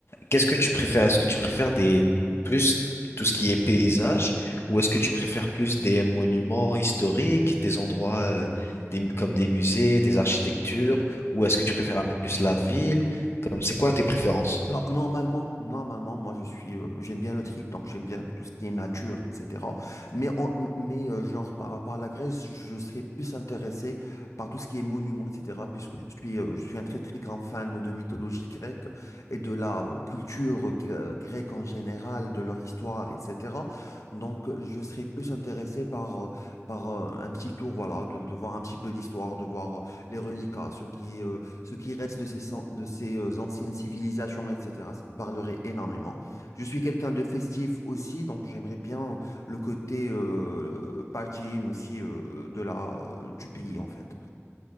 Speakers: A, on the left (about 55°); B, on the left (about 80°).
A: Qu'est-ce que tu préfères? Est-ce que tu préfères des plus tout ce qui est paysage ou est-ce que tu préfères plus des monuments historiques, des endroits euh, des- comme des musées, des architectures ou est-ce que tu préfères un peu plus la ville? Comme c'est quoi tes préférences?
B: Alors normalement, normalement, moi je suis, euh, j'aime bien le trip, donc j'aime bien tout ce qui est nature, etc. Mais en- m- mais euh, genre par rapport à la Grèce, je serais plus intéressé par tout ce qui est monuments, etc. Puisque je suis, euh, je suis un très très grand fan de mythologie grecque et de la euh, culture gre- grecque en général, de leur histoire, etc. Donc euh, je serais plus intéressé par euh, par euh, un petit tour, voilà, de, de voir un petit peu l'histoire, de voir euh, les reliquats, ce qui est euh, ce qui reste de ces, cen- de ces euh, anciennes civilisations, etc. Ça me parlerait énormément. Je suis quelqu'un de festif aussi, donc j'aimerais bien le côté euh, partying aussi euh, de la, euh, du pays, en fait.